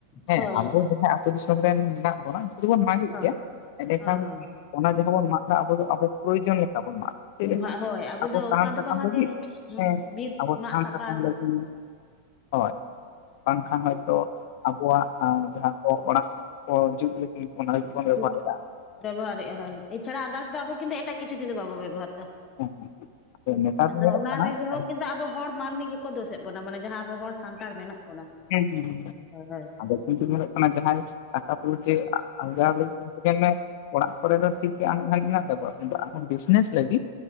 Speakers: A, on the left (about 50°); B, on the left (about 30°).
A: ᱦᱮᱸ
B: ᱦᱳᱭ
A: ᱟᱵᱚ ᱡᱟᱦᱟᱸ ᱟᱹᱛᱳ ᱫᱤᱥᱚᱢ ᱨᱮᱱ ᱢᱮᱱᱟᱜ ᱵᱚᱱᱟ ᱡᱮ ᱵᱚᱱ ᱢᱟᱜᱮᱜ
B: ᱦᱳᱭ
A: ᱜᱮᱭᱟ, ᱮᱸᱰᱮᱠᱷᱟᱱ
B: ᱦᱳᱭ
A: ᱚᱱᱟ ᱡᱟᱦᱟᱸ ᱵᱚᱱ ᱢᱟᱜ ᱮᱫᱟ ᱟᱵᱚ ᱫᱚ ᱟᱵᱚ ᱯᱨᱚᱭᱳᱡᱚᱱ ᱞᱮᱠᱟ ᱵᱚᱱ ᱢᱟᱜ ᱮᱫᱟ ᱾ ᱪᱮᱫ ᱞᱮᱠᱟ
B: ᱦᱳᱭ ᱦᱳᱭ
A: ᱟᱵᱚ
B: ᱫᱚ
A: ᱥᱟᱦᱟᱱ
B: ᱚᱱᱠᱟ
A: ᱥᱟᱠᱟᱢ
B: ᱫᱚ ᱵᱟᱝᱟ
A: ᱞᱟᱹᱜᱤᱫ?
B: ᱡᱮ
A: ᱦᱮᱸ
B: ᱵᱤᱨ
A: ᱟᱵᱚ ᱥᱟᱦᱟᱱ
B: ᱢᱟᱜ ᱥᱟᱯᱷᱟ
A: ᱥᱟᱠᱟᱢ
B: ᱦᱳᱭ
A: ᱞᱟᱹᱜᱤᱫ ᱦᱳᱭ᱾ ᱵᱟᱝᱠᱷᱟᱱ ᱦᱚᱭᱛᱚ ᱟᱵᱚᱣᱟᱜ ᱡᱟᱦᱟᱸ ᱠᱚ ᱚᱲᱟᱜ ᱠᱚ ᱡᱩᱛᱽ ᱞᱟᱹ <unintelligible> ᱚᱱᱟ ᱵᱚᱱ
B: ᱥᱩᱡᱳᱜᱽ
A: ᱵᱮᱵᱚᱦᱟᱨ ᱮᱫᱟ
B: ᱵᱮᱵᱚᱦᱟᱨᱮᱜᱼᱟ ᱦᱳᱭ ᱮᱪᱷᱟᱲᱟ ᱟᱫᱟᱨᱥ ᱫᱚ ᱟᱵᱚ ᱠᱤᱱᱛᱩ ᱮᱴᱟᱜ ᱠᱤᱪᱷᱩ ᱛᱮᱫᱚ ᱵᱟᱵᱚ ᱵᱮᱵᱚᱦᱟᱨ ᱮᱫᱟ
A: ᱦᱮᱸ ᱦᱮᱸ
B: ᱾ ᱦᱩᱸ
A: ᱱᱮᱛᱟᱨ
B: ᱟᱫᱚ
A: ᱫᱚ ᱧᱮᱞᱚᱜ
B: ᱚᱱᱟ
A: ᱠᱟᱱᱟ
B: ᱨᱮᱜᱮᱦᱚᱸ
A: ᱟᱫᱚ
B: ᱠᱤᱱᱛᱩ ᱟᱵᱚ ᱦᱚᱲ ᱢᱟᱹᱱᱢᱤ ᱜᱮᱠᱚ ᱫᱳᱥᱮᱜ ᱵᱚᱱᱟ ᱢᱟᱱᱮ ᱡᱟᱦᱟᱸ ᱟᱵᱚ ᱦᱚᱲ ᱥᱟᱱᱛᱟᱲ ᱢᱮᱱᱟᱜ ᱵᱚᱱᱟ
A: ᱦᱮᱸ ᱦᱩᱸ
B: ᱦᱳᱭ ᱦᱳᱭ
A: ᱟᱫᱚ <unintelligible> ᱚᱲᱟᱜ ᱠᱚᱨᱮ ᱫᱚ ᱴᱷᱤ ᱟᱱᱮᱡ ᱫᱷᱟᱱᱮᱡ ᱦᱮᱱᱟᱜ ᱛᱟᱠᱚᱣᱟ ᱠᱤᱱᱛᱩ ᱟᱨᱦᱸ ᱵᱤᱥᱱᱮᱥ ᱞᱟᱹᱜᱤᱫ